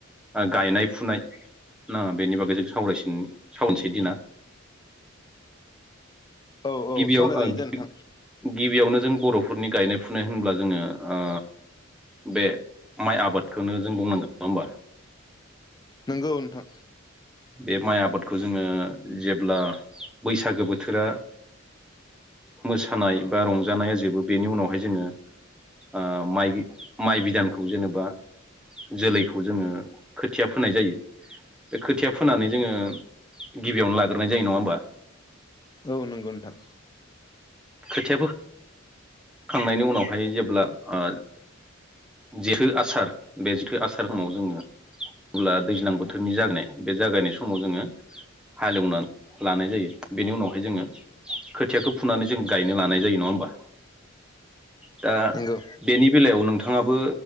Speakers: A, in the centre; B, on the left.
A: गायनाय फुनाय ना बेनि बागै जों सावरायसिन सावनोसै दिना
B: औ औ
A: गिबियाव
B: सावरायजायो
A: ओ गि
B: दे नोंथां
A: गिबियावनो जों बर फुरनि गायनाय फुनाय होनब्ला जोङो ओ बे माइ आबादखोनो जों बुंनांगोन नङा होमबा।
B: नोंगौ नोंथां।
A: बे माइ आबादखो जोङो जेब्ला बैसागो बोथोरा मोसानाय बा रंजानाया जोबो बेनि उनावहाय जोङो ओ माइ माइ बिदानखौ जेनेबा जोलैखौ जोङो खोथिया फोनाय जायो बे खोथिया फोनानै जोङो गिबियावनो लाग्रोनायजायो नङा होमबा?
B: औ नोंगौ नोंथां।
A: खोथियाफो खांनायनि उनावहाय जेब्ला ओ जेथो आसार बे जेथो आसार समाव जोङो जेब्ला दैज्लां बोथोरनि जागायनाय बे जागायनाय समाव जोङो हालेवनानै लानाय जायो बेनि उनावहाय जोङो खोथियाखो फुनानै जों गायनो लानाय जायो नङा होमबा? दा
B: नंगौ
A: बेनि बेलायाव नोंथाङाबो